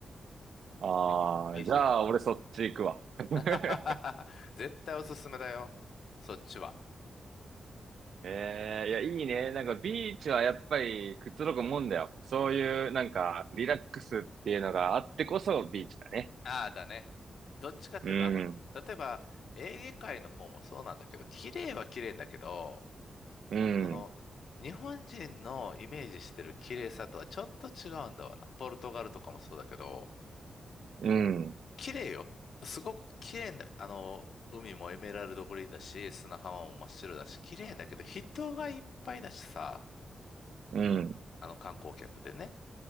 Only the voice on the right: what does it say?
ああ、
じゃあ俺そっち行くわ。<laughs>
ええいや、いいね。なんかビーチはやっぱりくつろぐもんだよ。そういうなんかリラックスっていうのがあってこそビーチだね。
うん、
うん、
うん、
うん、